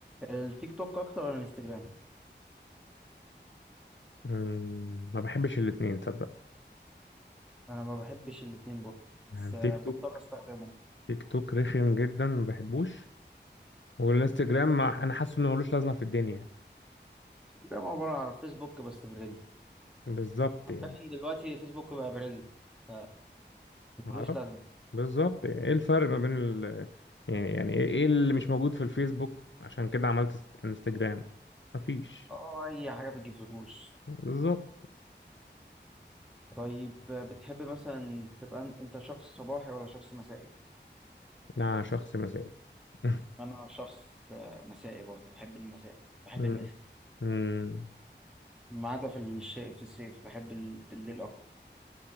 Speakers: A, in the centre; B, on the left (about 80°).
A: التيك توك اكتر ولا الانستجرام
B: أمم، ما بحبش الاتنين تصدق
A: انا ما بحبش الاتنين برضه بس
B: يعني التيك
A: آه، بضطر
B: توك
A: استخدمه
B: تيك توك رخم جدا ما بحبوش والانستجرام ما... انا حاسه انه ملوش لازمه في الدنيا
A: انستجرام عبارة عن فيسبوك بس بريلز
B: بالظبط
A: عارفين
B: يعني
A: دلوقتي فيسبوك بقى بريلز ف-
B: ما
A: ملوش
B: اعرفش
A: لازمة
B: بالظبط يعني ايه الفرق ما بين ال... يعني يعني ايه إيه اللي مش موجود في الفيسبوك عشان كده عملت است- انستجرام مفيش
A: اه أي حاجة بتجيب فلوس
B: بالظبط
A: طيب بتحب مثلا تبقى أن- أنت شخص صباحي ولا شخص مسائي؟
B: أنا شخص مثالي <laughs>
A: أنا شخص آه، مسائي برضه بحب المساء بحب
B: مم.
A: المساء
B: مم.
A: ما عدا في الش... في الصيف بحب ال- بالليل أكتر